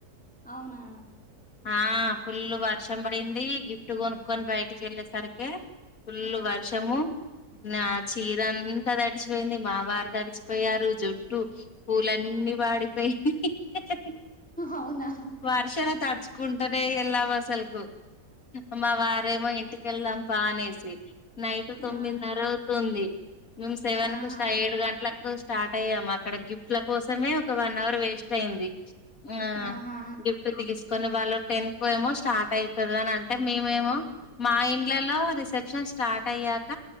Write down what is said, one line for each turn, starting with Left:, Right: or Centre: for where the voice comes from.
Centre: అవునా!
Left: ఆ ఫుల్లు వర్షం పడింది గిఫ్ట్ గొనుక్కొని బయటికెళ్ళేసరికే ఫుల్లు వర్షము నా చీర అంతా తడిచిపోయింది మావారు తడిచిపోయారు జుట్ టు పూలన్నీ వాడిపోయి హె హే
Centre: అవునా
Left: వర్షాల తడుచుకుంటనే ఎల్లాము అసల్కు మా వారేమో ఇంటికెళ్దాం పా అనేసి నైట్ తొమ్మిదిన్నర
Centre: ఆ
Left: అవుతుంది మేము సెవెన్కు
Centre: ఆహా
Left: ఏడు గంటలకు స్టార్ట్ అయ్యాము మకాడ గిఫ్ట్ల కోసమే ఒక వన్ అవర్ వేస్ట్ అయింది ఆ
Centre: ఆహా
Left: గిఫ్ట్ తీసుకొని వాళ్ళు టెన్కెమో స్టార్ట్ అయితది అని అంటే మేమేమో మా ఇండ్లల్లో రిసెప్షన్ స్టార్ట్ అయ్యాక